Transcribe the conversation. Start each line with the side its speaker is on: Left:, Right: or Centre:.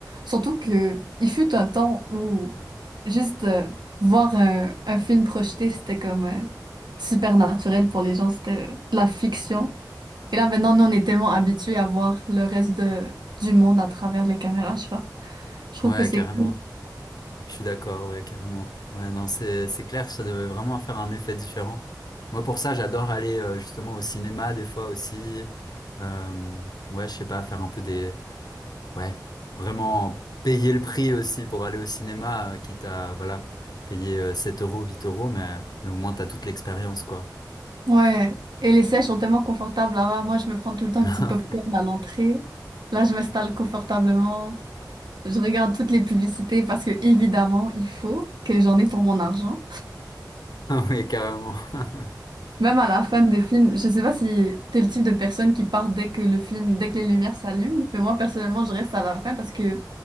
Right: Surtout que il fut un temps où juste euh, voir un, un film projeté, c'était comme euh, super naturel pour les gens, c'était de la fiction. Et là maintenant, nous, on est tellement habitués à voir le reste de- du monde à travers les caméras, je sais pas. Je trouve
Left: ouais,
Right: que c'est
Left: carrément.
Right: cool.
Left: Je suis d'accord, ouais, carrément. Ouais, non, c'est c'est clair, ça devait vraiment faire un effet différent. Moi, pour ça, j'adore aller euh, justement au cinéma des fois aussi. Euh, ouais, je sais pas, faire un peu des, ouais, vraiment payer le prix aussi pour aller au cinéma, euh, quitte à voilà payer euh, 7 euros, 8 euros, mais mais au moins t'as toute l'expérience, quoi.
Right: Ouais. Et les sièges sont tellement confortables là-bas. Moi, je me prends tout le temps
Left: <laughs>
Right: un petit popcorn à l'entrée. Là, je m'installe confortablement. Je regarde toutes les publicités parce que, évidemment, il faut que j'en ai pour mon argent.
Left: Oui, carrément. <laughs>
Right: Même à la fin des films, je sais pas si t'es le type de personne qui part dès que le film, dès que les lumières s'allument, mais moi, personnellement, je reste à la fin parce que